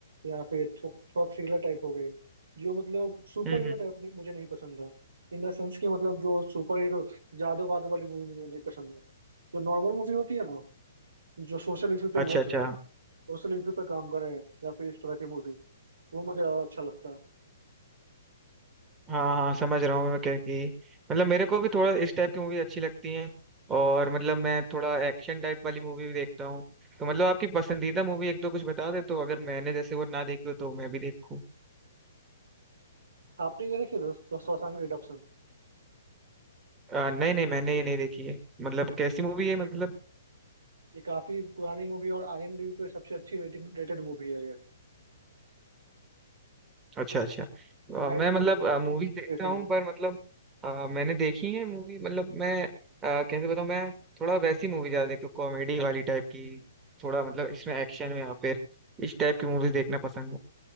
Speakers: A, on the right; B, on the right.
A: या फिर थो, थोड़ा थ्रिलर टाइप हो गए जो मतलब सुपर
B: हम्म
A: हीरो
B: हम्म,
A: टाइप नहीं- मुझे नहीं पसंद था इन द सेंस कि मतलब जो सुपर हीरो जादू वादू वाली मूवी मुझे नहीं पसंद है जो नॉर्मल मूवी होती है ना जो सोशल इशू पे
B: अच्छा
A: वर्क
B: अच्छा
A: सोशल इशू पे काम करे या फिर इस तरह की मूवी वो मुझे ज्यादा अच्छा लगता है
B: हाँ हाँ समझ रहा हूँ मैं क्या कि मतलब मेरे को भी थोड़ा इस टाइप की मूवी अच्छी लगती है और मतलब मैं थोड़ा एक्शन टाइप वाली मूवी भी देखता हूँ तो मतलब आपकी पसंदीदा मूवी एक दो कुछ बता दे तो अगर मैंने जैसे वो ना देखी हो तो मैं भी देखूँ
A: आपने ये देखी दोस्तों शॉशैंक रिडेम्पशन
B: अ, नहीं नहीं मैंने ये नहीं देखी है मतलब कैसी मूवी है मतलब
A: ये काफी पुरानी मूवी है और आईएमडीबी पे सबसे अच्छी रेटिंग रेटेड मूवी है ये
B: अच्छा अच्छा अ,
A: नाइन
B: मैं मतलब
A: पॉइंट समथिंग
B: मूवी
A: की
B: देखता
A: रेटिंग
B: हूँ
A: है
B: पर मतलब अ, मैंने देखी है मूवी मतलब मैं अ, कैसे बताऊँ मैं थोड़ा वैसी मूवी ज्यादा देखता हूँ कॉमेडी वाली टाइप की थोड़ा मतलब इसमें एक्शन में या फिर इस टाइप की मूवीज देखना पसंद है